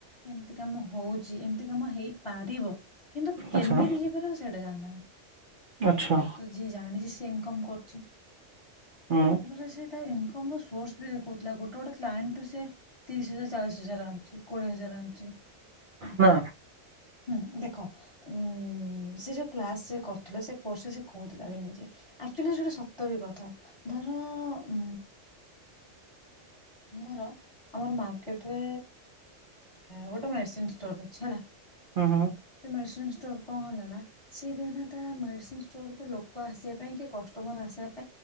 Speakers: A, on the left (about 25°); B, on the right (about 55°).
A: କେମତି। କାମ ହଉଛି ଏମିତି କାମ ହେଇ ପାରିବ କିନ୍ତୁ କେମିତି
B: ଆଚ୍ଛା
A: ହେଇପାରିବ ସେଇଟା ଜାଣିନାହାନ୍ତି
B: ଆଚ୍ଛା
A: ତ ଯିଏ ଜାଣିଛି। ସେ ଇନକମ୍ କରୁଛି।
B: ହୁଁ
A: ତାପରେ ସେ ତା ଇନକ ତମର ସୋର୍ସ ବି ଦେଖୋଉ ଗୋଟେ ଗୋଟେ କ୍ଲାଇଡ଼ ସେ ତିରିଶ ହଜାର ଚାଳିଶ ହଜାର ଆଣୁଛି କୋଡିଏ ହଜାର ଆଣୁ ଛି ଏମତି
B: ନା
A: ହୁଁ ଦେଖ ଉ ସେ ଯୋଉ କ୍ଲାସରେ କରୁଥିଲା ସେ କୋର ସେସ କହୁଥିଲା ଏବେ ନିଜେଆକଚୁଏଲି ସେଟା ସତ ବି କଥା। ଧର ଉ ଧର ଆମର ମାର୍କେଟରେ ଗୋଟେ ମେଡ଼ିସିନ ଷ୍ଟୋର ଅଛି ହେଲା
B: ହୁଁ ହୁଁ
A: ସେ ମେଡିସିନ ଷ ତୋର କଣ ହେଲା ନା ସେ ଦିନ ତା ମେଡିସିନୋରକୁ ଲୋକ ଆସିବ ପାଇଁ କି କଷ୍ଟମର ଆସି